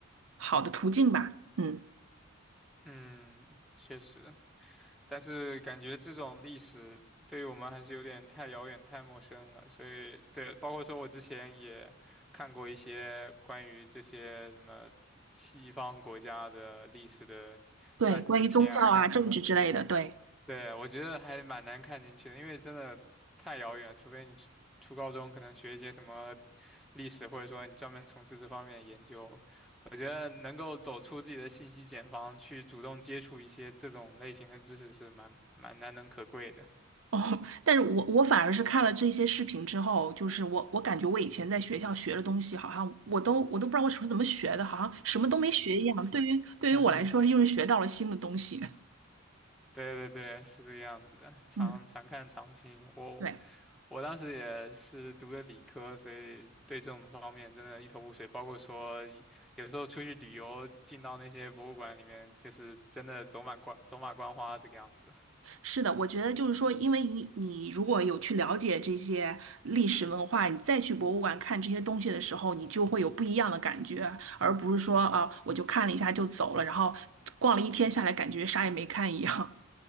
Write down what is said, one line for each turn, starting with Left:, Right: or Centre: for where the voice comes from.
Right: 好的途径吧。嗯，
Centre: <laughs> 嗯，确实。但是感觉这种历史对于我们还是有点太遥远、太陌生了，所以对，包括说我之前也看过一些关于这些什么西方国家的历史的传记片啊，
Right: 对，关于宗教啊、
Centre: 像什么，
Right: 政治之类的，对。
Centre: 对，我觉得还蛮难看进去的，因为真的太遥远了除非你初初高中可能学一些什么历史，或者说你专门从事这方面的研究，我觉得能够走出自己的信息茧房，去主动接触一些这种类型的知识是蛮蛮难能可贵的。
Right: 哦，但是我我反而是看了这些视频之后，就是我我感觉我以前在学校学的东西，好像我都我都不知道我是怎么学的，好像什么都没学一样。对于对于我来说，
Centre: <laughs>
Right: 又是学到了新的东西。
Centre: 对对对，是这个样子的，常常看常新。
Right: <laughs> 嗯，
Centre: 我
Right: 对。
Centre: 我当时也是读的理科，所以对这种方面真的一头雾水。包括说有时候出去旅游，进到那些博物馆里面，就是真的走马观走马观花这个样子。
Right: 是的，我觉得就是说，因为你你如果有去了解这些历史文化，你再去博物馆看这些东西的时候，你就会有不一样的感觉，而不是说啊、我就看了一下就走了，然后逛了一天下来，感觉啥也没看一样。